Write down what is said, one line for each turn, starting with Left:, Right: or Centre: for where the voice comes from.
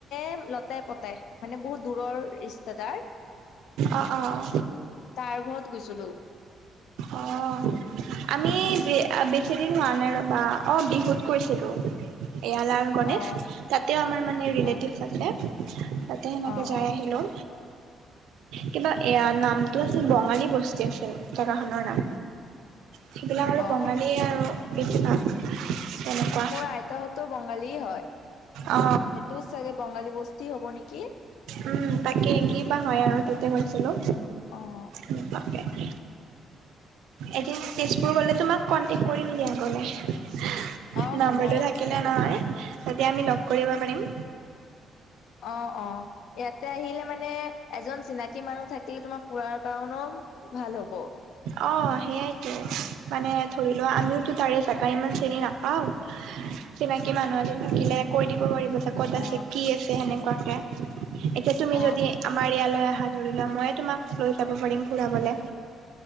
Left: এম লতাই- পতাই মানে বহুত দূৰৰ ৰিষ্টেদাৰ।
Right: অ', অ',
Left: তাৰ ঘৰত গৈছিলো
Right: অ', আমি বে -বেছি দিন হোৱা নাই ৰবা অ, বিহুত গৈছিলোঁ। এয়া লালগণেশ
Left: অ
Right: তাতেও আমাৰ মানে ৰিলেটিভছ
Left: অ
Right: আছে। তাতে সেনেকে
Left: অ
Right: যাই
Left: অ
Right: আহিলোং। কিবা এয়া নামটো আছিল বঙালী বস্তি আছিল জেগাখনৰ নাম। সেইবিলাক আৰু
Left: অ
Right: বঙালীয়ে আৰু বেছিভাগ। তেনেকুৱা
Left: মোৰ আইতাহতো বঙালী হয় সেইটোও
Right: অ
Left: চাগে বঙালী বস্তি হ'ব নেকি?
Right: উম, তাকে কিবা হয় আৰু তাতে গৈছিলোঁ।
Left: অ',
Right: এনেকোৱাকে, এদিন তেজপুৰ গ'লে তোমাক কনতেক কৰিম দিয়া গলে অহ
Left: অ
Right: নাম্বৰটো
Left: হ'ব
Right: থাক থাকিলে নহয় তেতিয়া আমি লগ কৰিব পাৰিম।
Left: অ', অ', ইয়াতে আহিলে মানে এজন চিনাকি মানুহ থাকিলে তোমাৰ ফুৰাৰ কাৰণেও ভাল হ'ব।
Right: অ, সেয়াইতো মানে ধৰি লোৱা আমিওতো তাৰে তাকা ইমান চিনি নাপাওঁ চিনাকি মানুহ এজন থাকিলে কৈ দিব পাৰিব এ ক'ত
Left: অ
Right: আছে কি আছে সেনেকুৱাকে এতিয়া তুমি
Left: অ
Right: যদি আমাৰ ইয়ালে আহা ধৰি লোৱা ময়ে তোমাক লৈ যাব পাৰিম ফুৰাবলে।